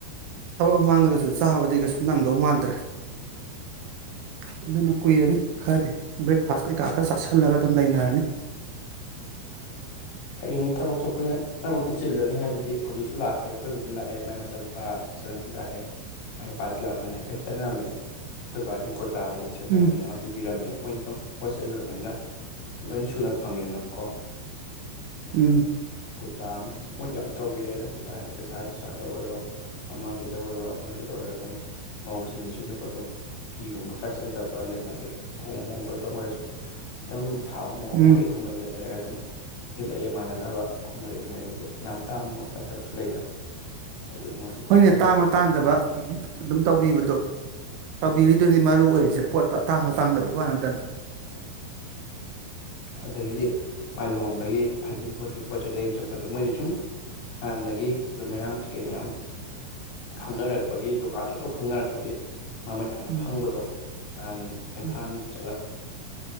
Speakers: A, on the right; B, on the left.
A: ꯊꯕꯛ ꯃꯃꯥꯡꯗꯒꯁꯨ ꯆꯥꯕꯗꯤ ꯀꯩꯁꯨ ꯅꯪ ꯗꯧ ꯃꯥꯟꯗꯔꯦ ꯑꯗꯨꯅ ꯀꯨꯏꯔꯅꯤ ꯈꯔꯗꯤ ꯕ꯭ꯔꯦꯛꯐꯥꯁ ꯀꯩꯀꯥ ꯈꯔ ꯆꯥꯁꯤꯜꯂꯒ ꯑꯗꯨꯝ ꯂꯩꯅꯔꯅꯤ
B: ꯍꯌꯦꯡꯅꯤ ꯊꯕꯛ ꯊꯣꯛꯄꯅꯤꯅ ꯊꯕꯛ ꯆꯤꯜꯂꯅꯤ ꯍꯥꯏꯕꯗꯤ ꯍꯧꯖꯤꯛꯁꯨ ꯂꯥꯛ ꯈ꯭ꯔꯦ ꯑꯀꯣꯏꯗꯨꯗ ꯂꯥꯛꯑꯦ ꯃꯥꯏ ꯃꯆꯥꯅꯨꯄꯥ ꯃꯆꯥꯅꯨꯄꯤ ꯂꯥꯛꯑꯦ ꯃꯥꯏ ꯅꯨꯄꯥ ꯊꯤꯂꯛꯑꯝꯕꯅꯦ ꯍꯥꯏꯐꯦꯠ ꯆꯪꯉꯛꯝꯃꯦ ꯑꯩꯈꯣꯏ ꯕꯥꯒꯤ ꯇꯥ ꯍꯦꯟꯅ ꯁꯦꯠꯅꯕꯅꯤꯅ
A: ꯎꯝ
B: ꯑꯃ ꯄꯤꯕꯤꯔꯝꯃꯦ ꯃꯣꯏꯗꯤ ꯑꯗꯨꯝ ꯄꯣꯠ ꯆꯩ ꯌꯣꯟꯕꯅꯤꯅ ꯂꯣꯏ ꯁꯨꯅ ꯐꯪꯉꯦꯅ ꯀꯣ ꯑꯗꯨꯗꯨꯅ
A: ꯎꯝ
B: ꯇꯥ ꯑꯃꯁꯨ ꯃꯣꯏꯗꯤ ꯌꯥꯝ ꯇꯧꯕꯤꯔꯦꯗ ꯄꯩꯁꯥꯗꯤ ꯄꯩꯁꯥ ꯅꯨꯡꯁꯥꯗ ꯑꯣꯏꯔꯣ ꯑꯃꯒꯤꯗ ꯑꯣꯏꯔꯣ ꯑꯃꯒꯤꯗ ꯑꯣꯏꯔꯣ ꯑꯗꯨꯝ ꯃꯧꯁꯤꯡ ꯁꯤꯠꯅꯕꯗꯣ ꯈꯣꯠꯇ ꯑꯗꯨꯝ ꯐꯤꯒꯨꯝꯕ ꯈꯔ ꯆꯠꯅꯗꯕ ꯂꯩꯅꯗꯤ ꯑꯍꯣꯡ ꯑꯍꯣꯡꯕ ꯗꯛ ꯑꯣꯏꯔꯁꯨ ꯑꯗꯨꯝ ꯊꯥ ꯑꯍꯨꯝ
A: ꯎꯝ
B: ꯍꯨꯝꯃꯔꯤ ꯑꯍꯨꯝꯃꯔꯤ ꯂꯩ ꯂꯩꯔꯒ ꯑꯗꯨꯝ ꯊꯤꯂꯛꯑꯦ ꯃꯥꯟꯅꯅꯕ ꯑꯍꯨꯝ ꯃꯔꯤ ꯍꯨꯝ ꯃꯔꯤ ꯑꯗꯨꯝ ꯌꯥꯝ ꯇꯥꯡꯕꯃꯛ ꯅꯠꯇꯕꯁꯨ ꯂꯩꯅ ꯑꯗꯨꯒꯨꯝꯕꯁꯨ ꯑꯗꯨꯝ
A: ꯍꯣꯏꯅꯦ
B: ꯍꯥꯏꯗꯤ
A: ꯇꯥꯡꯕ ꯇꯥꯡꯗꯕ ꯑꯗꯨꯝ ꯇꯧꯕꯤꯕꯗꯣ ꯇꯧꯕꯤꯔꯤꯗꯨꯅꯤ
B: ꯎꯝ
A: ꯃꯔꯨ ꯑꯣꯏꯔꯤꯁꯦ ꯄꯣꯠꯇꯣ ꯇꯥꯡꯕ ꯇꯥꯡꯗꯕꯩ ꯋꯥ ꯅꯠꯇꯅ
B: <unintelligible> ꯑꯗꯒꯤꯗꯤ ꯃꯥ ꯂꯨꯍꯣꯡꯕꯒꯤ ꯍꯩꯖꯤꯡ ꯄꯣꯠꯀꯤ ꯄꯣꯠ ꯆꯩ ꯂꯩꯕ ꯆꯠꯄꯗ ꯃꯣꯏꯗꯤ ꯁꯨꯝ ꯍꯥꯟꯅꯗꯒꯤ ꯑꯗꯨꯝ ꯃꯌꯥꯡ ꯀꯩ ꯃꯌꯥꯝ ꯈꯪꯅꯔꯛꯄꯒꯤ ꯗꯨꯀꯥꯟꯁꯨ ꯑꯆꯧ ꯆꯧꯕ ꯈꯪꯅꯔꯛꯄꯒꯤ ꯃꯃꯟ ꯌꯥꯝ
A: ꯎꯝ
B: ꯈꯪꯕꯗꯣ ꯅꯍꯥꯟ ꯏꯝꯐꯥꯜ
A: ꯎꯝ
B: ꯆꯠꯂ